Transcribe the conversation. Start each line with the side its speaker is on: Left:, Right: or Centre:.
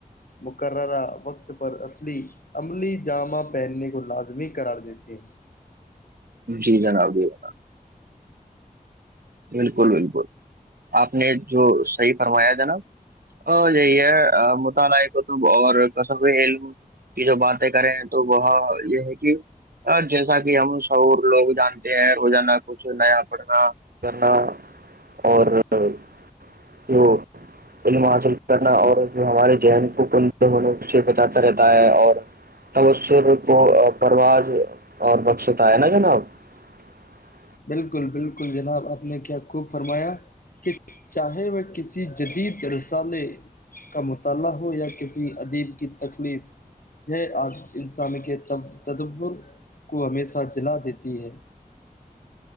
Left: مقررہ وقت پر اصلی عملی جامہ پہننے کو لازمی قرار دیتے ہیں <unintelligible> <unintelligible>
Right: جی جناب بھی جنا <unintelligible> <unintelligible> بالکل بالکل <unintelligible> <unintelligible> آپ نے جو صحیح فرمایا جناب <unintelligible> <unintelligible> اور جی ہے م <unintelligible> <unintelligible> کو اور کصب عل کی جو باتیں کریں تو وہ یہ ہے کہ جیسا کہ ہم شعور لوگ جان <unintelligible> <unintelligible> د ر جانا <unintelligible> <unintelligible> کچھ نیا پڑھنا <unintelligible> اور <unintelligible> <unintelligible> جو علم حاصل کرنا اور جو ہمارے ذہن کو کل ہونے سے بتاتا رہتا ہے اور تبر کو پرواز اور بخشتا ہے نا جناب <unintelligible>
Left: بالکل بالکل جناب آپ نے کیا خوب فرمایا کہ چاہے وہ کسی جدید رسالے کا مطالعہ ہو یا کسی ادیب کی تکلیف یہ آج انسان کے تدور کو ہمیشہ جلا دیتی ہے <unintelligible> <unintelligible>